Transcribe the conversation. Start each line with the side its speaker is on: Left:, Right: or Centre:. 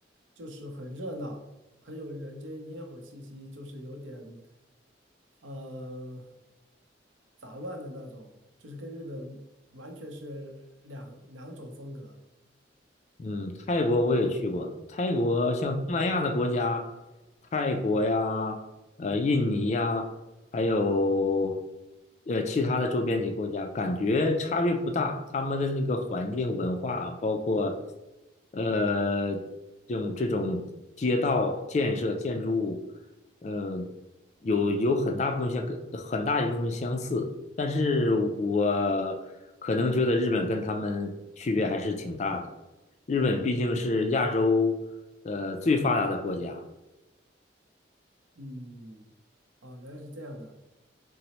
Right: 就是很热闹，很有人间烟火气息，就是有点。呃，杂乱的那种，就是跟日本完全是两两种风格。
Left: 嗯，泰国我也去过。泰国像东南亚的国家，泰国呀，呃，印尼呀，还有呃其他的周边几个国家，感觉差别不大。他们的那个环境、文化啊，包括呃这种这种街道建设、建筑物，嗯、有有很大部分像跟很大一部分相似，但是我可能觉得日本跟他们区别还是挺大的。日本毕竟是亚洲呃最发达的国家，
Right: 嗯，哦，原来是这样的。